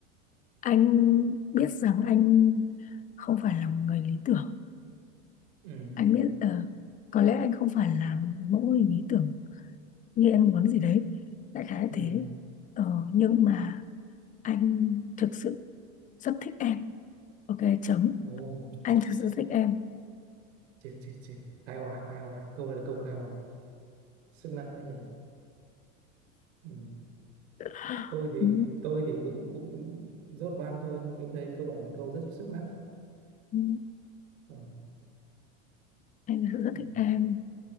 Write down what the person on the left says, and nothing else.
anh biết rằng anh không phải là một người lý tưởng
anh biết ờ, có lẽ anh không phải là một mẫu hình lý tưởng như em muốn gì đấy đại khái là
thế ờ, nhưng mà anh thực sự rất thích em ok chấm
anh
thực
sự
thích em
<gasps>
ừ,
ừ,
anh thực sự rất
thích em